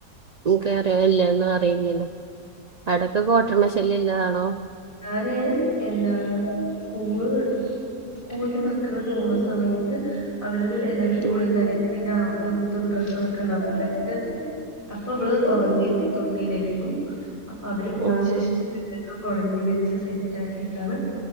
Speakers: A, on the right (about 80°); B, on the left (about 30°).
A: കേറിയോ ഇല്ലോന്ന് അറിയില്ലല്ലോ. അടക്കെ കോട്ടര്മശല്ല്യ ഇല്ലതാണോ.
B: എ എന്താണ് സ്കൂൾ. സ്കൂൾക്ക് മക്കള് പോണ സമയത്ത് അവര് എല്ലാവരും കുളിന്നാനൊക്കെ
A: ഉം
B: ഇതും ഇതും ഡ്രസ്സുകളൊക്കെ ഉണ്ടാവകും അതൊക്കെ അപ്പൊ ഇവള് ഉറങ്ങിയിരിക്കും തൊട്ടിയിലായിരിക്കും. അപ്പൊ അവര് പോയ
A: ആഹ്
B: ശേഷം
A: ഉം
B: ഇത് കൊടഞ്ഞു വിരിച്ച് സെറ്റ് ആക്കിട്ടാണ്.